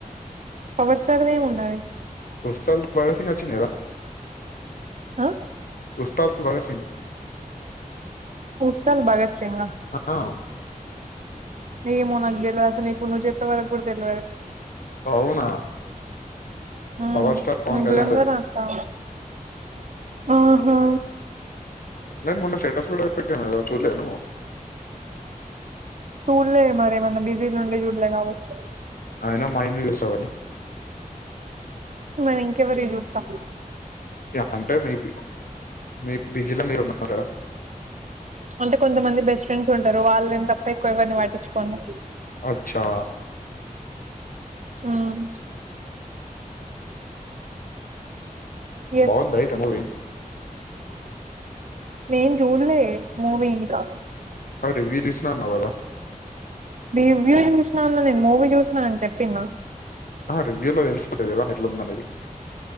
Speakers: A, on the right; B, on the left.
A: పవర్ స్టార్ ది ఏమి ఉన్నది?
B: వస్తాద్ భగత్ వచ్చింది సింగ్ కదా
A: ఆ
B: ఉస్తాద్ భగత్ సింగ్
A: ముస్తల్ భగత్ సింగా?
B: ఆ
A: ఏమో నాకు తెల్వదు అసలు ఇప్పుడు నువ్వు చెప్పే వరకు కూడ తెల్వది.
B: అవునా
A: మ్మ్
B: పవర్ స్టార్ పవన్ కళ్యాణ్
A: ధురంధర్
B: అది
A: అంటా ఆ హా
B: నేన్ మోన్న స్టేటస్ కూడ పెట్టిన కదా చూడ్లేద నువ్వు?
A: చూడ్లే మరి ఏమన్న బిజీలుండి చూడ్లే కావచ్చు.
B: అయిన మాయి ఎందుకు చూస్తవ్ గాని
A: మరి ఇంకెవరివి జూత్త
B: యా అంటే మేబీ మీ బిజీల మీరు ఉన్నరు కదా.
A: అంటే కొంతమంది బెస్ట్ ఫ్రెండ్స్ ఉంటారు వాళ్ళని తప్ప ఎక్కువ ఎవన్ని పట్టించుకోను నే
B: అచ్చా
A: మ్మ్ ఎస్
B: బాగుంద అయితె మూవి
A: నేను జూల్లే మూవి ఇంకా
B: ఆ రివ్యూ చూసిన అన్నావు కదా
A: రివ్యూ చూసినా అన్న నేను మూవీ చూసినా అని చెప్పిన్న
B: ఆ రివ్యూ లో తెలిసిపోతది ఎలా ఎట్లా ఉంద అనేది